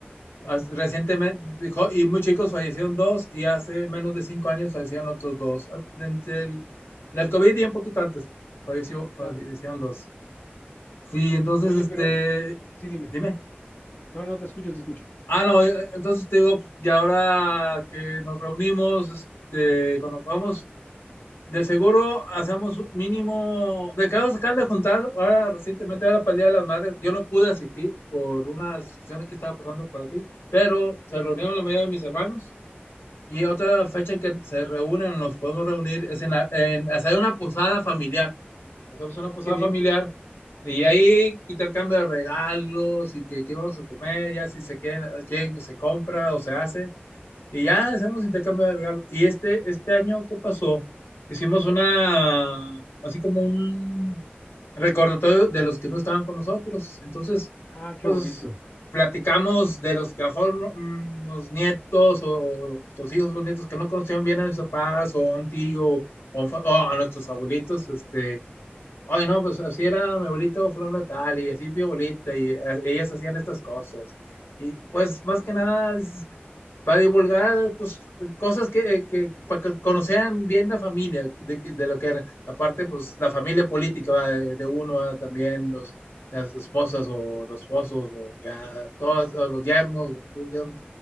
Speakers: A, on the left; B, on the left.
A: As- Recientemente, dijo, y muy chicos fallecieron dos y hace menos de cinco años fallecían otros dos. Ah, Entre
B: Sí,
A: el, en el COVID y un poquito antes falleció, fallecieron
B: claro.
A: dos. Sí, entonces,
B: Oye,
A: este,
B: pero eh, sí, dime.
A: dime.
B: No, no, te escucho, te escucho.
A: Ah, no, eh, entonces te digo, pues, y ahora que nos reunimos, este, cuando podamos, del seguro hacemos un mínimo, de que acaban de juntar, ahora recientemente, ahora para el Día de las Madres, yo no pude asistir por una situación que estaba pasando por aquí, pero se reunieron la mayoría de mis hermanos Y otra fecha en que se reúnen, nos podemos reunir, es en, la- en hacer una posada familiar. Hacemos una
B: Ah,
A: posada
B: qué bien.
A: familiar y ahí intercambio de regalos y que, qué vamos a comer, ya si se quieren, quieren que se compra o se hace. Y ya hacemos intercambio de regalos. Y este, este año, ¿qué pasó? Hicimos una, así como un, recordatorio de los que no estaban con nosotros. Entonces,
B: Ah, qué
A: pues
B: bonito.
A: platicamos de los que a lo mejor no, mm, los nietos o nuestros hijos, los nietos que no conocieron bien a nuestros papás o a un tío o, o a nuestros abuelitos, este, ay no, pues así era mi abuelito fulano de tal y así mi abuelita y a- ellas hacían estas cosas. Y pues más que nada dices, para divulgar pues, cosas que, que, para que conocieran bien la familia, de, de lo que era. Aparte, pues la familia política ¿va? De, de uno, ¿va? también los, las esposas o los esposos, o ya todos o los yernos, los yernos,